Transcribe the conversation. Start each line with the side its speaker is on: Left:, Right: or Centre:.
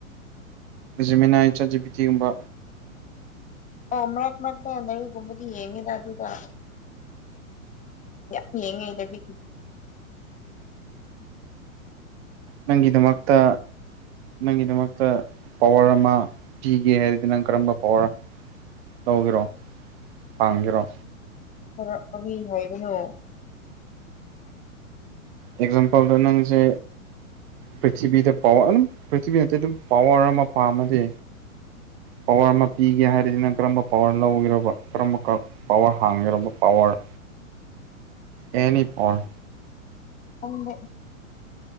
Right: ꯖꯃꯤꯅꯥꯏ ꯆꯠꯖꯕꯤꯇꯤꯒꯨꯝꯕ
Left: ꯑꯣꯃꯔꯠ ꯃꯥꯗ ꯑꯗꯔꯤ ꯨꯝꯕꯗꯤ ꯌꯦꯡꯃꯤ ꯂ ꯑꯗꯨꯗ ꯌꯥꯝ ꯌꯦꯡꯉ ꯂꯩꯕꯤ
Right: ꯅꯪꯒꯤꯗꯃꯛꯇ ꯅꯪꯒꯤꯗꯃꯛꯇ ꯄꯋꯥꯔ ꯑꯃ ꯄꯤꯒꯦ ꯍꯥꯏꯔꯗꯤ ꯅꯪ ꯀꯔꯝꯕ ꯄꯋꯥꯔ ꯂꯧꯒꯦꯔꯣ ꯍꯥꯡꯒꯦꯔꯣ
Left: ꯈꯔ ꯀꯔꯤ ꯅꯣꯏꯕꯅꯣ
Right: ꯑꯦꯛꯖꯥꯝꯄꯜꯗ ꯅꯪꯁꯦ ꯄ꯭ꯔꯤꯊꯤꯕꯤꯗ ꯄꯋꯥꯔ ꯑꯗꯨꯝ ꯄ꯭ꯔꯤꯊꯤꯕꯤ ꯅꯠꯇꯦ ꯑꯗꯨꯝ ꯄꯋꯥꯔ ꯑꯃ ꯄꯥꯝꯃꯗꯤ ꯄꯋꯥꯔ ꯑꯃ ꯄꯤꯒꯦ ꯍꯥꯏꯔꯁꯤꯅꯪ ꯀꯔꯝꯕ ꯄꯋꯥꯔ ꯂꯧꯒꯦꯕ ꯀꯔꯝꯕ ꯄꯋꯥꯔ ꯍꯥꯡꯒꯦꯕ ꯄꯋꯥꯔ ꯑꯦꯅꯤꯅꯤꯄꯣꯔ
Left: ꯑꯪꯕ